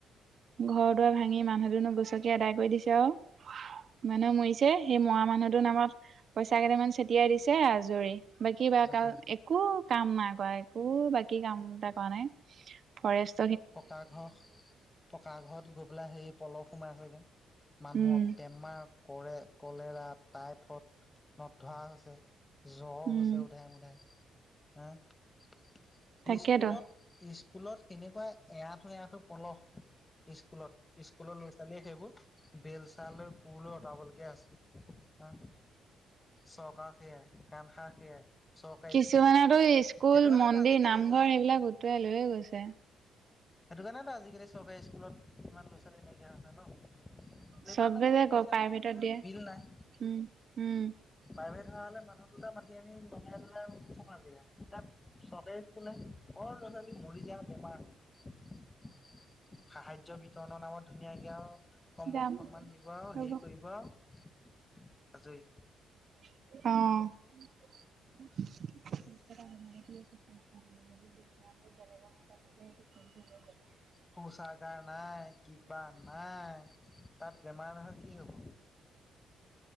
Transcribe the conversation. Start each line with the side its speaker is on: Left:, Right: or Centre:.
Right: ঘৰ দুৱাৰ ভাঙি মানুহ দুনুহ গচকি আদায় কৰি দিছে আৰু। মানহে মৰিছে, সেই মৰা মানুহটোৰ নামত পইচা কেইটামান ছটিয়াই দিছে আজৰি। বাকি বা
Left: আজৰি
Right: কাল এক কো কাম নাই কৰা, একো বাকী কাম এটা কৰা নাই। ফৰেষ্ট
Left: পকা ঘৰ, পকা ঘৰত গৈ পেলাই সেই পলস সোমাই চাগে। মানুহক
Right: উম
Left: বেমাৰ, কৰে-কলেৰা, টাইফয়ড নধৰা হৈছে। জ্বৰ
Right: উম
Left: হৈছে উধাই মুধাই। এ,
Right: তাকেতো
Left: স্কুলত স্কুলত কেনেকুৱা এৰাটো এৰাঠো পলস। স্কুলত, স্কুলৰ ল'ৰা ছোৱালীয়ে সেইবোৰ বেলচা লৈ, কুৰ লৈ অতৰাবলৈ হৈছে। হা চৰকাৰ সেয়াই, কাণ খা সেয়াই। চৰকাৰী
Right: কিছুমানতো
Left: স্কুলত
Right: স্কুল,
Left: সেইটো কাৰণেতো
Right: মন্দিৰ,
Left: আজিকালি
Right: নামঘৰ
Left: আজি
Right: সেইবিলাক উটুৱাই লৈয়ে গৈছে।
Left: সেইটো কাৰণেতো আজিকালি চৰকাৰী স্কুলত ইমান ল'ৰা ছোৱালী নাইকিয়া আ, হৈছে ন'। লেবাৰ
Right: চবে
Left: লগাবলে
Right: যে
Left: পইচা
Right: ক প্ৰাইভেটত
Left: নাই,
Right: দিয়ে
Left: বিল নাই।
Right: উম উম
Left: প্ৰাইভেট হোৱা হ'লে মানুহ দুটা মাতি আনি লগাই পেলায় চফা কৰিলে হেতেন। চৰকাৰী স্কুলে কৰ ল'ৰা ছোৱালী, মৰি যা বেমাৰ হওক। সাহায্য বিতৰণৰ নামত ধুনীয়াকে আৰু কম্বল
Right: যাম
Left: দুখনমান দিব, আৰু
Right: ৰব
Left: হেৰি কৰিব আৰু। আজৰি।
Right: অ'। <unintelligible>
Left: শৌচাগাৰ নাই, কিবা নাই, তাত বেমাৰ নহয় কি হ'ব।